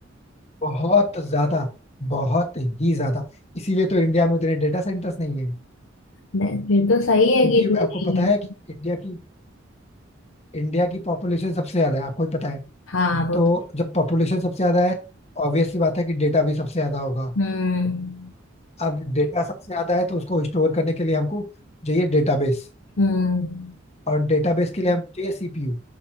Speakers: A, on the left; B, on the left.
A: बहुत ज्यादा बहुत ही ज्यादा इसीलिए तो इंडिया में उतने डेटा सेंटर्स नहीं है
B: नहीं फिर तो सही है
A: क्योंकि
B: कि इतने
A: आपको
B: नहीं
A: पता है
B: है
A: कि इंडिया की इंडिया की पॉपुलेशन सबसे ज्यादा है आपको ही पता है
B: हाँ वो
A: तो
B: तो
A: जब पॉपुलेशन सबसे ज्यादा है ऑब्वियस सी बात है कि डेटा भी सबसे ज्यादा होगा
B: हम्म
A: अब डेटा सबसे ज्यादा है तो उसको स्टोर करने के लिए हमको चाहिए डेटाबेस
B: हम्म
A: और डेटाबेस के लिए हमको चाहिए सीपीयू